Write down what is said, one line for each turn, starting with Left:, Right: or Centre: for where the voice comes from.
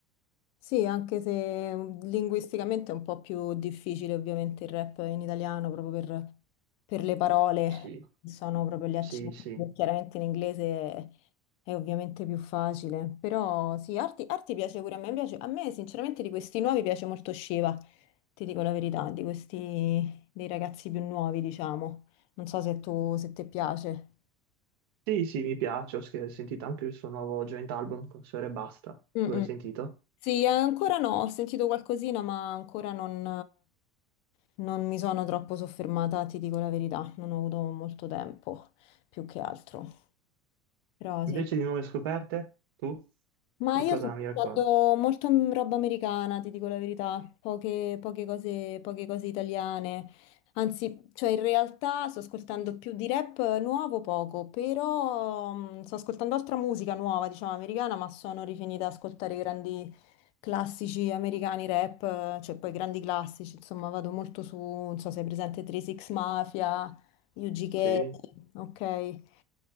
Left: Sì, anche se mm, linguisticamente è un po' più difficile ovviamente il rap in italiano proprio per, per le parole,
Right: Sì,
Left: sono proprio gli accenti,
Right: sì, sì.
Left: chiaramente in inglese è, è ovviamente più facile, però sì, arti, arti piace pure a me, piace, a me sinceramente di questi nuovi piace molto Shiva, ti dico la verità, di questi dei ragazzi più nuovi diciamo, non so se tu, se ti piace.
Right: Sì, sì, mi piace, ho sch- ho sentito anche il suo nuovo joint album con Sfera e Basta.
Left: Mm,
Right: Tu l'hai
Left: mm.
Right: sentito?
Left: Sì, ancora no, ho sentito qualcosina, ma ancora non, non mi sono troppo soffermata, ti dico la verità, non ho avuto molto tempo, più che altro. Però
Right: Invece
Left: sì.
Right: di nuove scoperte, tu
Left: Ma
Right: di
Left: io
Right: cosa
Left: sto ascoltando
Right: mi racconti?
Left: molto m- roba americana, ti dico la verità, poche, poche cose, poche cose italiane. Anzi, cioè in realtà sto ascoltando più di rap nuovo poco, però mm, sto ascoltando altra musica nuova, diciamo americana, ma sono rifinita ad ascoltare i grandi classici americani rap, eh, cioè poi grandi classici, insomma vado molto su, non so se è presente 3 Six Mafia, Yuji Gay,
Right: Sì,
Left: ok.